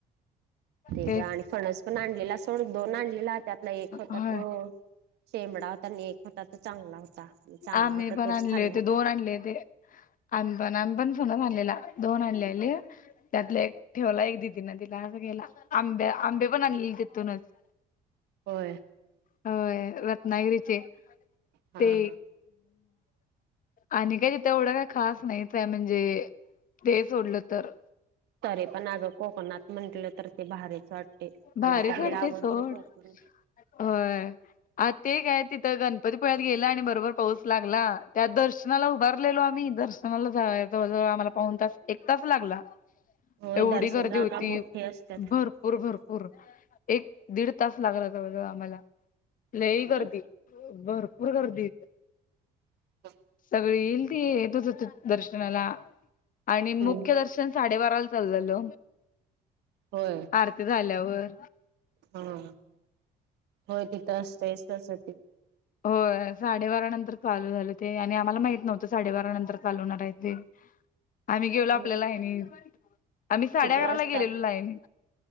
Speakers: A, on the right; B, on the left.
A: ते
B: तेच
A: ज्या आणि फणस पण आणलेला सोड दोन आणलेला त्यातला एक होता
B: होय
A: तो शेमडा होता आणि एक होता तो चांगला होता चांगला
B: आम्ही
A: होता
B: पण
A: तोच
B: आणले
A: खाल्ला.
B: होते दोन आणले <unintelligible> दोन आडलेले. त्यातलं एक ठेवला एक दिदीना दिला असं केलं आंब्या आंबे पण आणले तिथूनच <inaudible>
A: होय.
B: होय रत्नागिरीचे.
A: हा
B: ते आणि का त तेवढं काय खास नाहीचय म्हणजे ते सोडलं तर
A: त पण अग कोकणात म्हटलं तर ते भारीच वाटते
B: भारीच
A: मला तर
B: वाटतंय
A: म आवडते
B: सोड
A: कोकण
B: होय. आ ते काय तिथं गणपतीपुळ्यात गेला आणि, बरोबर पाऊस लागला. त्यात दर्शनाला उभारलेलो आम्ही दर्श जवळ जवळ आम्हाला पाऊन तास एक तास लागला
A: होय
B: एवढी
A: दर्शन
B: गर्दी
A: रांगा
B: होती
A: मोठी असतात
B: भरपूर
A: होय
B: भरप होर एक दीड तास लागला तर आम्हाला लई
A: ना
B: गर्दी भरपूर गर्दी होती.
A: <unintelligible>
B: सगळी येईल ती येतच होते दर्शनाला आणि मुख्य
A: हम्म
B: दर्शन साडेबाराला चाललेलो.
A: होय
B: आरती झाल्यावर
A: हा हा, होय देत असतयच तसं ते.
B: हो साडेबारा नंतर चालू झालं ते आणि आम्हाला माहित नव्हतं साडेबारा नंतर चालू होणार आहे ते आम्ही गेलो आपल्याला
A: तुम्ही कि
B: आहे आणि आम्ही साडे
A: किती
B: अकराला
A: वाजता
B: गेलेलो लाईन